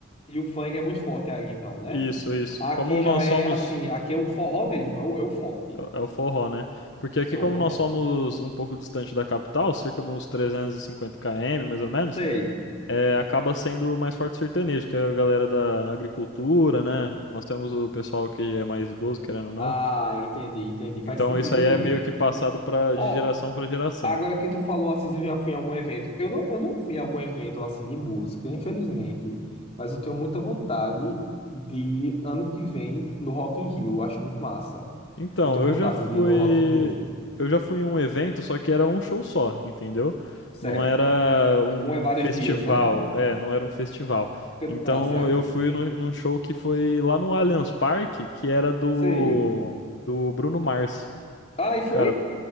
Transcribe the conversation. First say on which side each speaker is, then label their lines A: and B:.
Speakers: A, on the left; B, on the left.
A: e o funk é muito forte aí, então, né?
B: Isso, isso.
A: Aqui
B: Como
A: já
B: nós
A: é
B: somos.
A: assim, aqui é o forró mesmo, é o, é o forte.
B: É é o forró, né? Porque aqui,
A: É o
B: como
A: forró.
B: nós somos um pouco distante da capital, cerca de uns trezentos e cinquenta km, mais ou menos,
A: Sei.
B: é, acaba sendo mais forte o sertanejo, que é a galera da agricultura, né? Nós temos o pessoal que é mais idoso, querendo ou não.
A: Ah, entendi, entendi. Faz
B: Então,
A: sentido
B: isso aí
A: mesmo.
B: é meio que passado pra,
A: Ó,
B: de geração para geração.
A: agora que tu falou assim, se eu já fui em algum evento. Eu não, eu não fui em algum evento assim de música, infelizmente, mas eu tenho muita vontade de ir ano que vem no Rock in Rio. Eu acho muito massa.
B: Então,
A: Eu tenho
B: eu
A: vontade
B: já fui.
A: de ir no Rock in Rio.
B: Eu já fui em um evento, só que era um show só, entendeu?
A: Certo.
B: Não era um
A: Um é vários
B: festival.
A: dias, né?
B: É, não era um festival.
A: Eu-
B: Então,
A: Ah, certo.
B: eu fui no- num show que foi lá no Allianz Parque, que era do,
A: Sei.
B: do Bruno Mars.
A: Ah, e foi?
B: Cara,